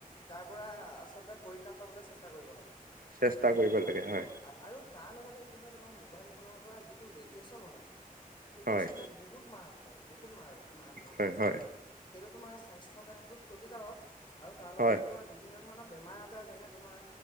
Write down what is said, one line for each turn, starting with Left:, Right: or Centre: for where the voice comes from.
Left: তাৰ পৰা, আচলতে পৰিত্ৰাণ পাবলৈ চেষ্টা কৰিব লাগে আৰু
Right: চেষ্টা কৰিব লাগে হয়
Left: অ', আ, আৰু তাৰ লগতে কি হয়, তোমাৰ মোবাইল ফোনৰ পৰা যিটো ৰেডিয়েচন ওলায়। সেইটো
Right: হয়
Left: আচলতে বহুত মাৰাত্মক, বহুত মাৰ- মাৰাত্মক,
Right: হয়
Left: কৈছোঁ
Right: হয়
Left: নহয়, সেইটো তোমাৰ স্বাস্থ্যৰ কাৰণেতো ক্ষতিকাৰক আৰু তাৰ লগতে
Right: হয়
Left: তুম তোমাৰ বিভিন্ন ধৰণৰ বেমাৰ-আজাৰ যেনে তোমাৰ,